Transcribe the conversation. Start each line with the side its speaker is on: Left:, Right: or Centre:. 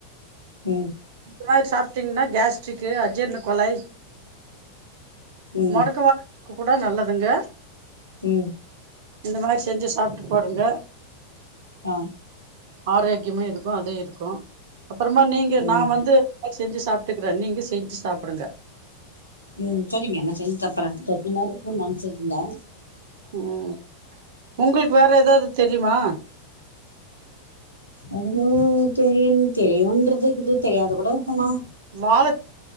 Left: ம்
Right: இந்த மாறி சாப்பிட்டீங்கன்னா கேஸ்ட்ரிக்கு அஜீர்ண கோலை
Left: ம்
Right: மொடக்கு வாதத்துக்கு கூட நல்லதுங்க
Left: ம்
Right: இந்த மாரி செஞ்சு சாப்ட்டு பாருங்க
Left: ஆ
Right: ஆரோக்கியமா இருக்கு அது இருக்கு அப்புறமா நீங்க நா
Left: ம்
Right: வந்து செஞ்சு சாப்ட்டுக்குறே நீங்க செஞ்சு சாப்புடுங்க
Left: ம் செரிங்க நா செஞ்சு சாப்பறே சட்னி மாரி இருக்குன் நெனச்சுட்டுருந்தே
Right: ம் உங்குளுக் வேற எதாது தெரியுமா
Left: எதோ தெரியு தெரியுன்றது இக்குது தெரியாது கூட இருக்குன்னா
Right: வாழ